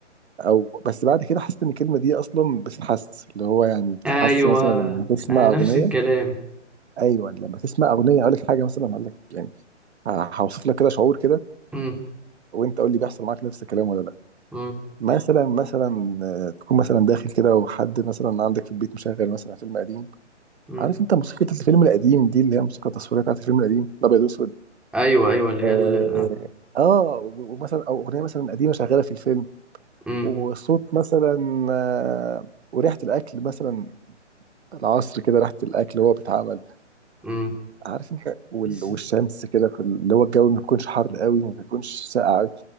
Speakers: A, on the right (about 60°); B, in the centre.
A: او بس بعد كده حسيت ان الكلمه دي اصلا بتتحس اللي هو يعني بتتحس
B: ايوه
A: مثلا لما تسمع
B: آه نفس
A: اغنيه
B: الكلام
A: ايوه لما تسمع اغنيه اقول لك حاجه مثلا هقول لك يعني ه- هوصف لك كده شعور كده
B: مم.
A: وانت قول لي بيحصل معاك نفس الكلام ولا لا
B: مم.
A: مثلا مثلا آه، تكون مثلا داخل كده وحد مثلا عندك في البيت مشغل مثلا فيلم قديم
B: مم.
A: عارف انت موسيقى الفيلم القديم دي اللي هي موسيقى التصويريه بتاعت الفيلم القديم الابيض واسود
B: ايوه ايوه اللي هي
A: اه
B: ال... آه.
A: آه، ومثلا او اغنيه مثلا قديمه شغاله في الفيلم
B: مم.
A: والصوت مثلا آه، وريحه الاكل مثلا العصر كده ريحة الأكل وهو بيتعمل
B: مم.
A: عارف أنت وال-
B: بس
A: والشمس كده في ال- اللي هو الجو ما بيكونش حر قوي ما بيكونش ساقع قوي